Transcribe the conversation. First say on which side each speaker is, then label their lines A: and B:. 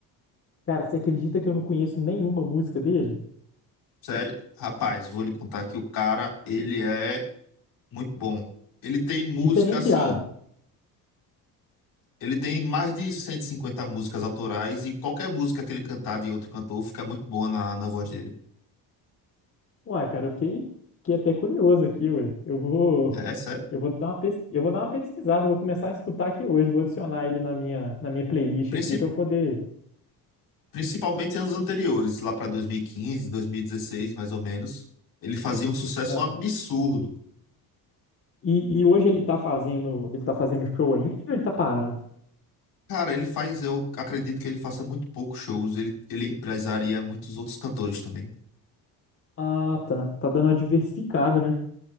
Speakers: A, on the left; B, on the left.
A: Cara, você acredita que eu não conheço nenhuma música dele?
B: Sério? Rapaz, vou lhe contar que o cara, ele é muito bom. Ele tem música
A: Diferenciado.
B: assim, ele tem mais de 150 músicas autorais e qualquer música que ele cantar de outro cantor fica muito boa na, na voz dele.
A: Uai, cara, eu fiquei, fiquei até curioso aqui, ué. Eu vou,
B: É, sério.
A: eu vou dar uma pesqui... eu vou dar uma pesquisada, eu vou começar a escutar aqui hoje, vou adicionar ele na minha, na minha playlist
B: princip-
A: aqui para eu poder.
B: principalmente em anos anteriores, lá para 2015, 2016, mais ou menos, ele fazia um sucesso
A: Aham.
B: absurdo.
A: E, e hoje ele tá fazendo, ele tá fazendo show ainda ou ele tá parado?
B: Cara, ele faz, eu acredito que ele faça muito poucos shows, ele, ele empresaria muitos outros cantores também.
A: Ah, tá. Tá dando uma diversificada, né?